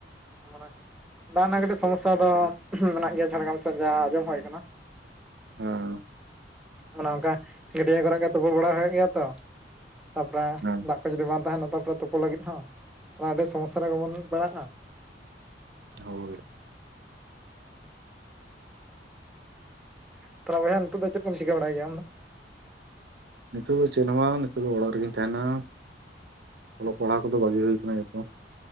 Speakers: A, in the centre; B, on the right.
A: <unintelligible> ᱫᱟᱜ ᱨᱮᱱᱟᱜ ᱠᱟᱹᱴᱤᱡ ᱥᱚᱢᱚᱥᱥᱟ ᱫᱚ ᱢᱮᱱᱟᱜ ᱜᱮᱭᱟ ᱡᱷᱟᱲᱜᱨᱟᱢ ᱥᱮᱫ ᱡᱟ ᱟᱸᱡᱚᱢ ᱦᱩᱭ ᱟᱠᱟᱱᱟ᱾
B: ᱦᱮᱸ
A: ᱚᱱᱮ ᱚᱱᱠᱟ ᱜᱟᱹᱰᱭᱟᱹ ᱠᱚᱨᱮ ᱜᱮ ᱛᱩᱯᱩ ᱵᱟᱲᱟ ᱦᱩᱭᱩᱜ ᱜᱮᱭᱟ ᱛᱚ <unintelligible> ᱛᱟᱯᱚᱨᱮ
B: ᱦᱮᱸ
A: ᱫᱟᱜ <unintelligible> ᱡᱩᱫᱤ ᱵᱟᱝ ᱛᱟᱦᱮᱱᱟ ᱛᱟᱯᱚᱨᱮ ᱛᱩᱯᱩ ᱞᱟᱹᱜᱤᱫ ᱦᱚᱸ ᱛᱟᱦᱚᱞᱮ ᱟᱹᱰᱤ ᱥᱚᱢᱚᱥᱥᱟ ᱨᱮᱜᱮ ᱵᱚᱱ ᱯᱟᱲᱟᱜᱼᱟ᱾
B: ᱦᱳᱭ
A: <unintelligible> ᱵᱚᱭᱦᱟ ᱱᱤᱛᱚᱜ ᱫᱚ ᱪᱮᱫ ᱠᱚ ᱪᱤᱠᱟᱹ ᱵᱟᱲᱟᱭ ᱜᱮᱭᱟ ᱟᱢ ᱫᱚ?
B: ᱱᱤᱛᱚᱜ ᱫᱚ ᱪᱮᱫ ᱦᱚᱸ ᱵᱟᱝ ᱱᱤᱛᱚᱜ ᱫᱚ ᱚᱲᱟᱜ ᱨᱮᱜᱮᱧ ᱛᱟᱦᱮᱱᱟ ᱚᱞᱚᱜ ᱯᱟᱲᱦᱟᱜ ᱠᱚᱫᱚ ᱵᱟᱹᱜᱤ ᱦᱩᱭ ᱟᱠᱟᱱᱟ ᱡᱚᱛᱚ